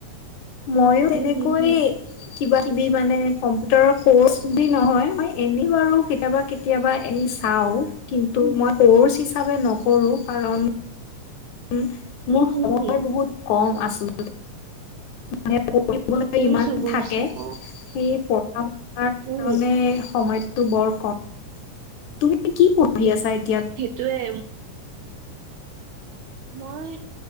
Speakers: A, on the left; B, on the right.
A: মইয়ো তেনেকৈয়ে।
B: উম হম হম
A: কিবা-কিবি মানে, কম্পিউটাৰৰ কৰ্চ বুলি নহয়, মই এনেই বাৰু কেতিয়াবা কেত কেতিয়াব এনে চাওঁ, কিন্তু মই ক'ৰ্চ হিচাপে নকৰোঁ কাৰণ উম, মোৰ
B: উম হম
A: সময়
B: হম
A: বহুত কম, আচলতে। মানে পঢ়িবলৈ
B: বুজিছো
A: ইমান
B: বুজিছো
A: থাকে,
B: অ
A: সেই পঢ়া তাৰ কাৰণে,
B: উম
A: সময়টো বৰ কম, তুমি কি পঢ়ি আছা এতিয়া?
B: সেইটোৱে। মই